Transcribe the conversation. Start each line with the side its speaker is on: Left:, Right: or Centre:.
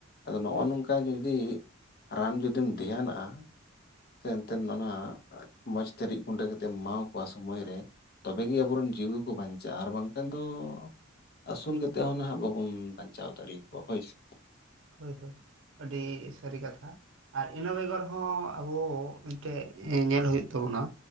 Left: ᱟᱫᱚ ᱱᱚᱜᱼᱚ ᱱᱚᱝᱠᱟ ᱡᱩᱫᱤ ᱨᱟᱱ ᱡᱩᱫᱤᱢ ᱫᱷᱮᱭᱱᱟᱜᱼᱟ ᱮᱱᱛᱮᱫ ᱚᱱᱟ ᱢᱚᱸᱡᱽᱛᱮ ᱨᱤᱫ ᱜᱩᱸᱰᱟᱹ ᱠᱟᱛᱮᱢ ᱮᱢᱟ ᱠᱚᱣᱟ ᱥᱚᱢᱚᱭ ᱨᱮ। ᱛᱚᱵᱮᱜᱮ ᱟᱵᱚ ᱨᱮᱱ ᱡᱤᱣᱤ ᱠᱚ ᱵᱟᱧᱪᱟᱜᱼᱟ ᱟᱨ ᱵᱟᱝᱠᱷᱟᱱ ᱫᱚ ᱟᱹᱥᱩᱞ ᱠᱟᱛᱮᱫ ᱦᱚᱸ ᱱᱟᱦᱟᱜ ᱵᱟᱵᱚᱱ ᱵᱟᱧᱪᱟᱣ ᱫᱟᱲᱮ ᱟᱠᱚᱣᱟ ᱦᱳᱭᱥᱮ।
Right: ᱦᱳᱭ ᱦᱳᱭ ᱟᱹᱰᱤ ᱥᱟᱹᱨᱤ ᱠᱟᱛᱷᱟ। ᱟᱨ ᱤᱱᱟᱹ ᱵᱮᱜᱚᱨ ᱦᱚᱸ ᱟᱵᱚ ᱢᱤᱫᱴᱮᱡ ᱧᱮᱞ ᱦᱩᱭᱩᱜ ᱛᱟᱵᱚᱱᱟ।